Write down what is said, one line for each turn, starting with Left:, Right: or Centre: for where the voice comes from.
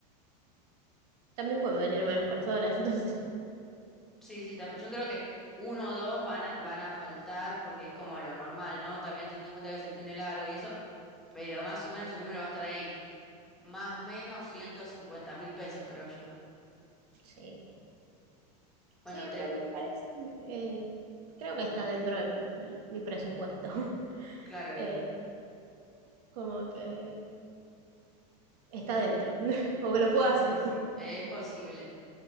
Right: también pueden venir menos personas. <laughs> Entonces,
Centre: sí, sí, también, yo creo que uno o dos van a, van a faltar porque es como lo normal, ¿no? También teniendo en cuenta que es el fin de largo y eso, pero más o menos el número va a estar ahí. Más o menos ciento cincuenta mil pesos, creo yo.
Right: sí.
Centre: Bueno,
Right: Sí,
Centre: te...
Right: pero me parece. eh, creo que está dentro de mi mi presupuesto. <laughs>
Centre: Claro, bien,
Right: Eh,
Centre: bien.
Right: como que está dentro. <laughs> Como que lo
Centre: Sí,
Right: puedo hacer.
Centre: sí, sí.
Right: <laughs>
Centre: Eh, Es posible.